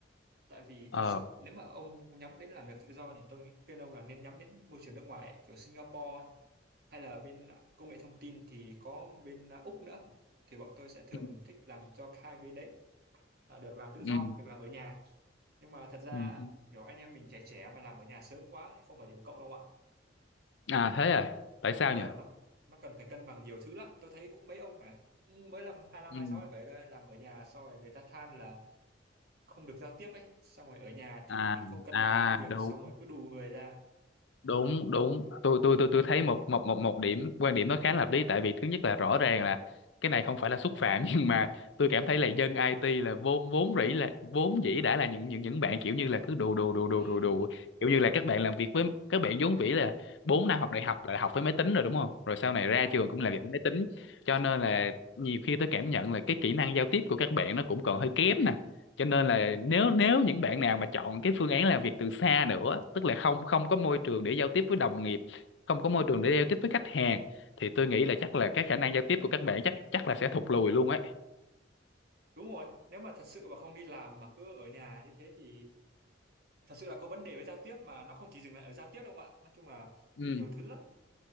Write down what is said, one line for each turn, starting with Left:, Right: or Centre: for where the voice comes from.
Right: tại vì
Left: ờ
Right: thật sự nếu mà ông nhắm đến làm việc tự do thì tôi nghĩ- khuyên ông là nên nhắm đến môi trường nước ngoài ấy, kiểu Singapore hay là bên công nghệ thông tin thì có bên Úc nữa thì bọn tôi sẽ thường
Left: ừ
Right: thích làm cho hai bên đấy à, được làm tự do
Left: ừ
Right: được làm ở nhà nhưng mà thật ra
Left: ừ. ừ.
Right: kiểu anh em mình trẻ trẻ mà làm ở nhà sớm quá lại không phải điểm cộng đâu ạ
Left: à thế à
Right: Nó-
Left: tại sao
Right: ờ
Left: nhỉ
Right: nó nó cần phải cân bằng nhiều thứ lắm tôi thấy cũng mấy ông mà cũng mới làm hai năm
Left: ừ
Right: hai sáu hai bảy đây làm ở nhà xong rồi người ta than là không được giao tiếp ấy xong rồi ở nhà
Left: à
Right: thì không cân
Left: à
Right: bằng được công việc
Left: đúng
Right: xong rồi cứ đù người ra
Left: đúng đúng tôi tôi tôi tôi thấy một một một một điểm quan điểm nó khá là hợp lý tại vì thứ nhất là rõ ràng là cái này không phải là xúc phạm <laughs> nhưng mà tôi cảm thấy là dân IT là vốn vốn rỉ là vốn dĩ đã là những những những bạn kiểu như là cứ đù đù đù
Right: ừ
Left: đù đù đù kiểu như là các bạn làm việc với các bạn vốn vĩ là 4 năm học đại học là học với máy tính rồi đúng không rồi sau này
Right: đúng
Left: ra
Right: rồi
Left: trường cũng làm việc với máy tính cho nên là nhiều khi tôi cảm nhận là cái kỹ năng giao tiếp của các bạn nó cũng còn hơi kém cho nên là nếu
Right: đúng
Left: nếu những bạn nào mà chọn cái phương án làm việc từ xa nữa tức là không không có môi trường để giao tiếp với đồng nghiệp không có môi trường để giao tiếp với khách hàng thì tôi nghĩ là chắc là cái khả năng giao tiếp của các bạn chắc chắc là sẽ thụt lùi luôn ấy
Right: đúng rồi nếu mà thật sự mà không đi làm mà cứ ở nhà như thế thì thật sự là có vấn đề với giao tiếp mà nó không chỉ dừng lại ở giao tiếp đâu ạ nói chung là
Left: ừ
Right: nhiều thứ lắm